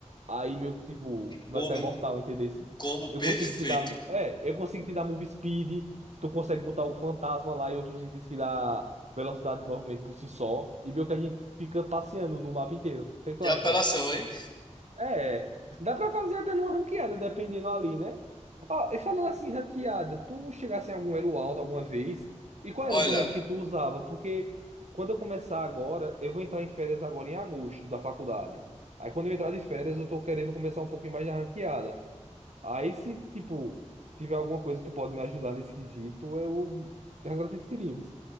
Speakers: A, on the right; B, on the left.
A: Aí meio que, tipo, vai
B: Combo,
A: ficar imortal, entendeu?
B: combo perfeito.
A: Eu consigo te dar. É, eu consigo te dar move speed. Tu consegue botar o fantasma lá e outros itens que dá velocidade de movimento por si só. E meio que a gente fica passeando no mapa inteiro. O que é que tu
B: Que
A: acha?
B: apelação, hein?
A: É, dá pra fazer até numa ranqueada, dependendo ali, né? Ó, e falando assim, ranqueada, tu chegasse em algum elo alto alguma vez? E qual
B: Olha.
A: era o boneco que tu usava? Porque quando eu começar agora, eu vou entrar em férias agora em agosto da faculdade. Aí quando eu entrar de férias, eu tô querendo começar um pouquinho mais de ranqueada. Aí se, tipo, tiver alguma coisa que tu pode me ajudar nesse quesito, eu te agradeceria, viu?